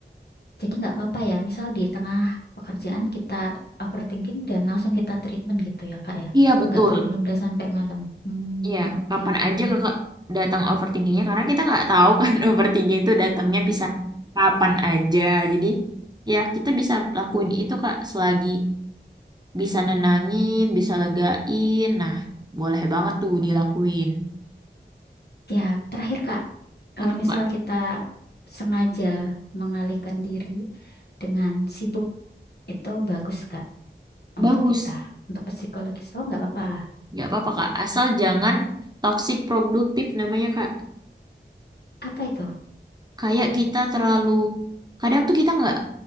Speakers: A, on the left; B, on the right.
A: Jadi nggak apa-apa ya. Misal di tengah pekerjaan kita overthinking dan langsung kita treatment gitu ya, Kak ya.
B: Iya, betul.
A: Nggak perlu nunda sampai malam. Hmm,
B: Iya,
A: oke.
B: kapan aja kakak datang overthinkingnya karena kita nggak tahu kan <laughs> overthinking itu datangnya bisa kapan aja. Jadi ya kita bisa lakuin itu Kak selagi bisa nenangin, bisa legain. Nah, boleh banget tuh dilakuin.
A: Ya, terakhir Kak, kalau
B: Apa tuh
A: misal
B: Kak?
A: kita sengaja mengalihkan diri dengan sibuk, itu bagus Kak
B: Bagus.
A: untuk kita, untuk psikologis. Oh, nggak apa-apa.
B: Nggak apa-apa Kak, asal jangan toxic produktif namanya Kak.
A: Apa itu?
B: Kayak kita terlalu kadang tuh kita nggak